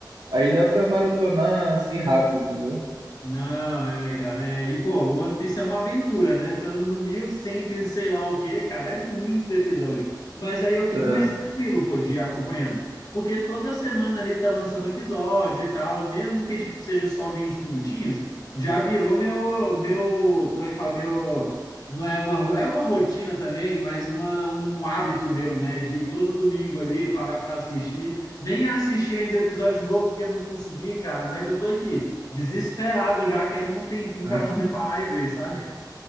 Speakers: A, on the right; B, on the left.
A: aí dá pra maratonar, assim, rápido, entendeu?
B: Não, é, cara, é. E, pô, o One Piece é uma aventura, né? Estamos no 1100 e cem e sei lá o quê, cara, é muito episódio. Mas aí eu fico
A: É.
B: mais tranquilo, pô, de ir acompanhando. Porque toda semana ali tá lançando um episódio e tal, mesmo que, tipo, seja só 20 minutinhos, já virou meu, meu, como é que fala? Meu, não é uma, ro- é uma rotina também, mas uma, um hábito meu, né? De todo domingo ali parar pra assistir. Nem assisti ainda o episódio novo, porque eu não consegui, cara, mas eu tô aqui desesperado já, querendo um tempinho
A: <laughs>
B: para poder parar e ver, sabe?